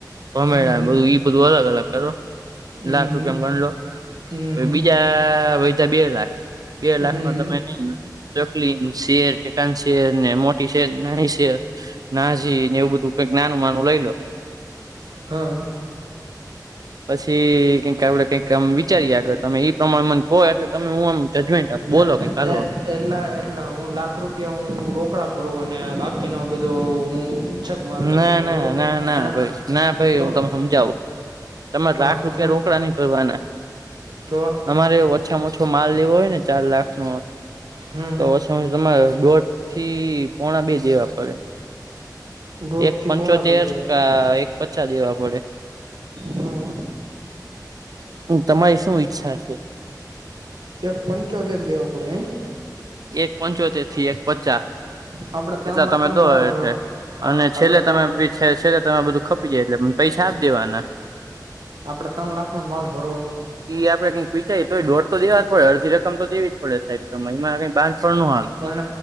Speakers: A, on the right; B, on the right.
A: ભમેડાન
B: હમ
A: બધું ઈ અલગ અલગ કરો
B: હમ
A: લાખ રૂપિયામાં ગણલો
B: હમ
A: પછી બીજા આ વધ્યા બે લાખ બે લાખમાં
B: હમ
A: તમે નઈ ચકલીન શેર <unintelligible> શેર ને મોટી શેર નાની શેર નાઝી ને એવું બધું કંઈક નાનું મનુ લઈ લો
B: હ
A: પછી કઈક આપડે કઈક આમ વિચારીએ આગળ તમે ઈ પ્રમાણમાં કો એટલે તમને હું આમ જજમેન્ટ આપ બોલો
B: અ
A: કઈક હાલો
B: અ અ એટલા એટલા હું લાખ રૂપિયા હું રોકડા ભરૂ અને બાકીનો બધું હું <unintelligible> માલ લઈ
A: ના
B: જે બરોબર
A: ના ના ના
B: અને
A: ભાઈ
B: આ
A: ના ભાઈ
B: તો
A: હું તમને સમજાવું તમારે
B: હા
A: લાખ રૂપિયા
B: કેમ
A: રોકડા નહી ભરવાના.
B: તો
A: તમારે ઓછામાં ઓછો માલ લેવો હોય ને ચાર લાખ નો
B: હમ
A: તો તમે તમારે દોઢ થી પોણા બે દેવા પડે.
B: દોઢ
A: એક
B: થી
A: પંચોતેર
B: પોણા બે દેવા
A: કા એક પચા દેવા પડે.
B: હમ
A: તમારી શું ઈચ્છા છે?
B: એક પંચોતેર દેવા પડે એ
A: એક પંચોતેર થી એક પચા
B: આપડે ત્રણ
A: એટલા
B: લાખ
A: તમે
B: નો
A: દો
B: જ માલ
A: એટલે
B: ભરો
A: અને
B: આપડે
A: છેલ્લે
B: ત્રણ
A: તમે બી છે છેલ્લે તમે બધું ખપી જાય એટલે મને પૈસા આપ દેવાના
B: આપડે ત્રણ લાખ નો જ માલ ભરવો હોય તો
A: ઈ આપડે કઈક વિચાર્યે તોય દોઢ તો દેવા જ પડે અડધી રકમ તો દેવી જ પડે સાહેબ તમે એમ આવે બા છનનું
B: અન